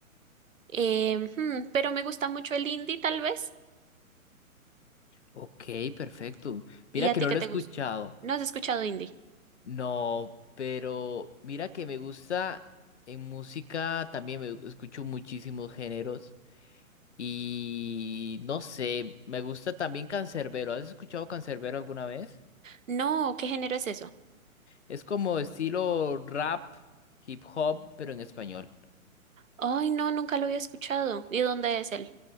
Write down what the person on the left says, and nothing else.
Ok, perfecto.
Mira
que
no
lo
he escuchado.
No, pero mira que me gusta en música también, me escucho muchísimos géneros y no sé, me gusta también Canserbero. ¿Has escuchado Canserbero alguna vez?
Es como estilo rap, hip hop, pero en español.